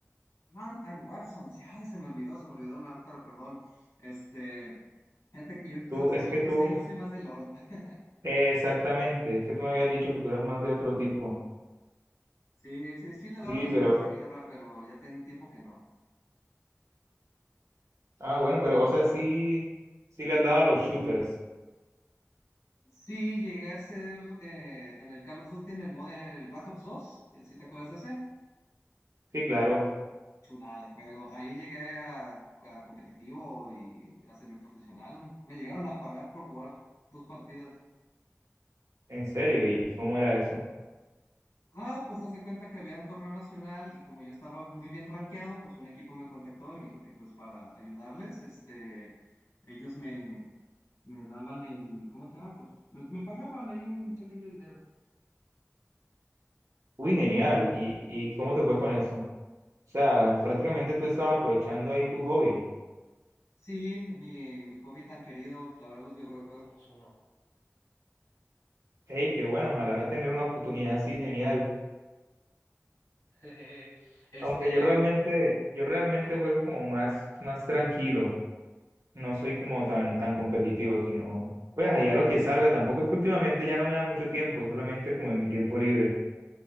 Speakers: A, on the left; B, on the right.
A: Ah, el Warzone, sí, ay, se me olvidó, se me olvidó la neta, perdón. Este, fíjate que yo ahorita
B: Tú,
A: estoy,
B: es que
A: no
B: tú,
A: sé, yo soy más de LOL. <laughs>
B: eh, exactamente, es que tú me habías dicho que tú eras más de otro tipo.
A: Sí, sí, sí le daba
B: Sí,
A: los
B: pero,
A: juegos de guerra, pero ya tengo tiempo que no.
B: ah, bueno, pero, o sea, sí, sí le has dado a los shooters.
A: Sí, llegué a ser eh, en el Call of Duty en el mod del Black Ops dos. y así te acuerdas de ese.
B: Sí, claro,
A: Chulada de juego. Ahí llegué a, a competitivo y a semiprofesional. Me llegaron a pagar por jugar dos partidas.
B: en serio, ¿y cómo era eso?
A: Ah, pues haz de cuenta que había un torneo nacional y como yo estaba muy bien rankeado, pues un equipo me contactó y me dijo que pues para ayudarles, este, ellos me, me daban el, ¿cómo se llama? Pues me, me pagaban ahí un pequeño dinero.
B: Uy, genial, ¿y, y cómo te fue con eso? O sea, prácticamente tú estabas aprovechando ahí tu hobby.
A: Sí, mi, mi hobby tan querido, la verdad los videojuegos. Somos uno.
B: Hey, qué bueno, ojalá tener una oportunidad así, genial.
A: <laughs> Este,
B: Aunque yo realmente, yo realmente
A: Ajá.
B: juego como más, más tranquilo. no soy como tan, tan competitivo, sino pues ahí a lo que salga. Tampoco es que últimamente ya no me da mucho tiempo, solamente como en mi tiempo libre.